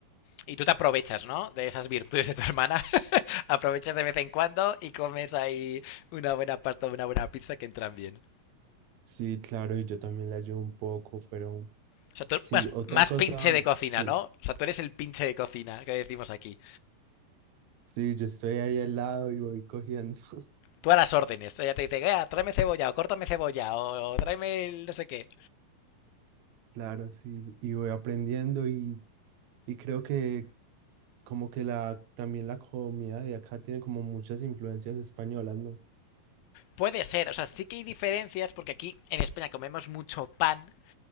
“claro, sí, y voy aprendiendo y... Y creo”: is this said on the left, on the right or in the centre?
Right